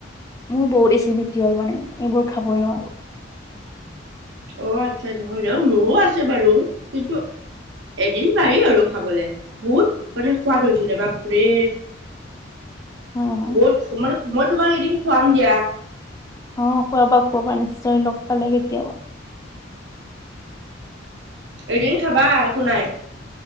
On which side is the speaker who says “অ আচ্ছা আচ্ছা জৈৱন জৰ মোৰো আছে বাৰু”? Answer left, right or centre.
Right